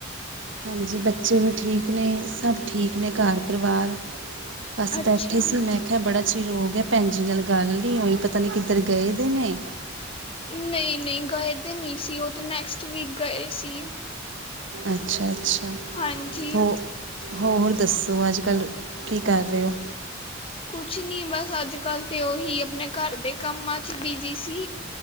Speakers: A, on the right; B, on the left.
A: ਹਾਂਜੀ ਬੱਚੇ ਵੀ ਠੀਕ ਨੇ ਸਭ ਠੀਕ ਨੇ ਘਰ ਪਰਿਵਾਰ। ਬਸ
B: ਅੱਛਾ
A: ਬੈਠੀ ਸੀ ਮੈਂ ਕਿਹਾ ਬੜਾ ਚੀਰ ਹੋ ਗਿਆ ਭੈਣ ਜੀ ਨਾਲ ਗੱਲ ਨੀ ਹੋਈ ਪਤਾ ਨੀ ਕਿੱਧਰ ਗਏ ਦੇ ਨੇ।
B: ਨਈਂ-ਨਈਂ ਗਏ ਤੇ ਨੀ ਸੀ ਉਹ ਤੇ ਨੈਕਸਟ ਵੀਕ ਗਏ ਸੀ।
A: ਅੱਛਾ-ਅੱਛਾ
B: ਹਾਂਜੀ
A: ਹੋ ਹੋਰ ਦੱਸੋ ਅੱਜ ਕੱਲ੍ਹ ਕੀ ਕਰ ਰਹੇ ਹੋ?
B: ਕੁਛ ਨੀ ਬਸ ਅੱਜ ਕੱਲ੍ਹ ਤੇ ਉਹੀ ਆਪਣੇ ਘਰ ਦੇ ਕੰਮਾਂ ਚ ਬਿਜੀ ਸੀ।